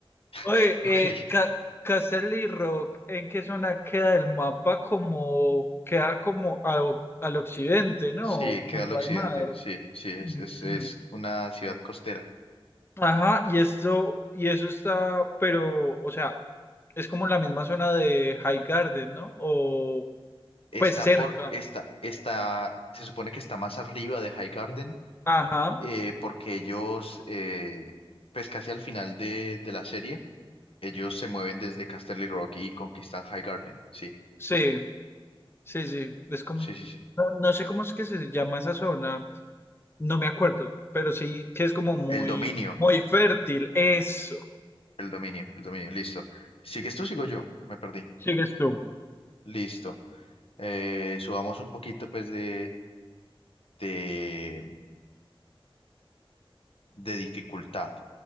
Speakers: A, on the left; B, on the left.
A: Oye,
B: <laughs>
A: eh,
B: ok,
A: Ca- Casterly Rock, ¿en qué zona queda el mapa? Como queda como a- al occidente, ¿no?
B: sí, queda
A: Junto
B: al occidente,
A: al mar.
B: sí, sí, es,
A: <clears throat>
B: es, es una ciudad costera.
A: Ajá, y esto, y eso está, pero, o sea, es como la misma zona de High Garden, ¿no? O
B: Está
A: pues cerca.
B: por, está, está, se supone que está más arriba de Highgarden
A: Ajá,
B: eh, porque ellos, eh, pues casi al final de, de la serie, ellos se mueven desde Casterly Rock y conquistan High Garden. Sí,
A: sí, sí, sí. Es como,
B: sí, sí, sí.
A: no, no sé cómo es que se llama esa zona, no me acuerdo, pero sí que es como muy,
B: El dominio,
A: muy fértil. Eso.
B: el dominio, el dominio, listo. ¿Sigues tú, sigo yo? Me perdí.
A: Sigues tú.
B: Listo. Eh, subamos un poquito, pues, de, de, de dificultad.